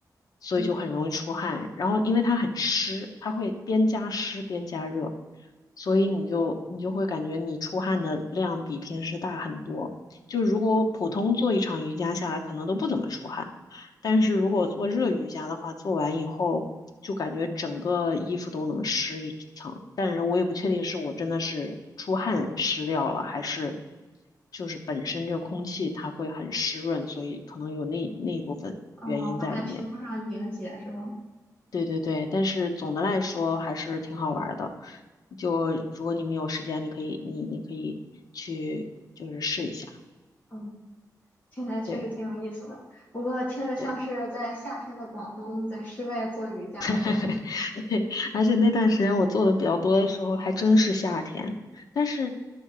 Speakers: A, on the left; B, on the left.
A: 所以就很容易出汗。
B: 嗯，
A: 然后因为它很湿，它会边加湿边加热，所以你就你就会感觉你出汗的量比平时大很多。就如果普通做一场瑜伽下来，可能都不怎么出汗，但是如果做热瑜伽的话，做完以后。就感觉整个衣服都能湿一层，但是我也不确定是我真的是出汗湿掉了，还是就是本身这个空气它会很湿润，所以可能有那那一部分原因在里面。
B: 哦，会在皮肤上凝结是吗？
A: 对对对，但是总的来说还是挺好玩儿的。就如果你们有时间，你可以你你可以去就是试一下。
B: 嗯，听起来确实挺有意思的，
A: 对
B: 不过听着像是在夏天的广东在室外做瑜伽那样。
A: 对。<laughs> 对，而且那段时间我做的比较多的时候，还真是夏天。但是